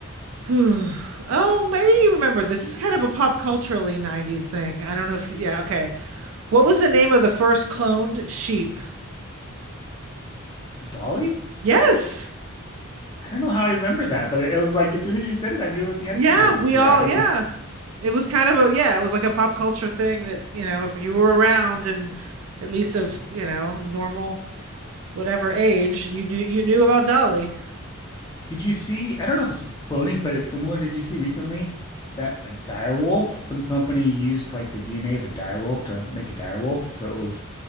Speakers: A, on the right; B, on the left.
A: <sighs> Oh, maybe you remember. This is kind of a pop culturally 90s thing. I don't know if yeah, okay. What was the name of the first cloned sheep?
B: Dolly?
A: Yes.
B: I don't know how I remember that, but it, it was like as soon as you said it, I knew what the answer
A: Yeah,
B: was
A: we
B: to
A: all
B: that. Which
A: yeah.
B: is,
A: It was kind of a yeah, it was like a pop culture thing that, you know, if you were around and at least of, you know, normal whatever age, you knew you knew about Dolly.
B: did you see? I don't know if it's cloning, but it's similar. Did you see recently that a direwolf? some company used like the DNA of a direwolf to make a direwolf. So it was